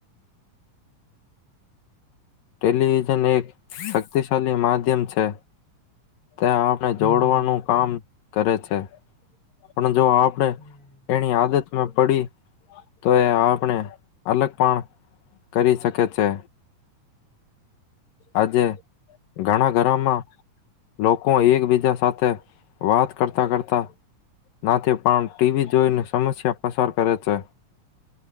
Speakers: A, on the left; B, on the left.
A: ટેલિવિઝન એક શક્તિશાળી માધ્યમ છે. ત્યા આપણે
B: હમ હમ હમ
A: જોડવાનું કામ. કરે છે પણ જો આપણે
B: હમ
A: એની આદતમાં પડી તો એ આપણે અલગ પણ કરી શકે છે. આજે ઘણા ઘરમાં લોકો એકબીજા સાથે વાત કરતાં કરતા નથી પણ ટીવી જોઈને સમસ્યા પસાર કરે છે.